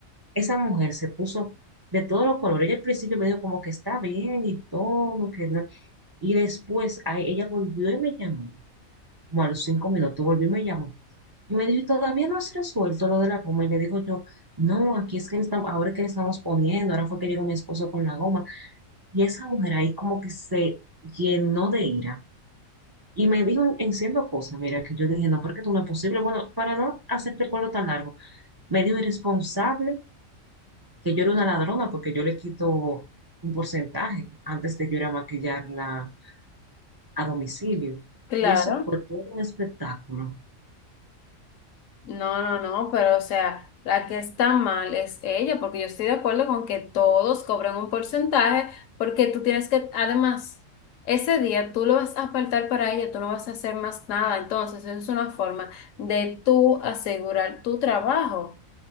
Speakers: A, on the right; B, on the left.
A: esa mujer se puso de todos los colores. Ella al principio me dijo como que está bien y todo, que no. Y después ay, ella volvió y me llamó, como a los cinco minutos volvió y me llamó. Y me dijo, ¿y todavía no has resuelto lo de la goma? Y le digo yo, no, aquí es que le estamos, ahora es que le estamos poniendo, ahora fue que llegó mi esposo con la goma. Y esa mujer ahí como que se llenó de ira y me dijo en siendo cosas, mira, que yo dije, no, porque tú no es posible. Bueno, para no hacerte el cuento tan largo, me dijo irresponsable que yo era una ladrona porque yo le quito un porcentaje antes de yo ir a maquillarla a domicilio.
B: Claro.
A: Y eso fue todo un espectáculo,
B: No, no, no, pero o sea, la que está mal es ella, porque yo estoy de acuerdo con que todos cobran un porcentaje, porque tú tienes que, además, ese día tú lo vas a apartar para ella, tú no vas a hacer más nada, entonces es una forma de tú asegurar tu trabajo.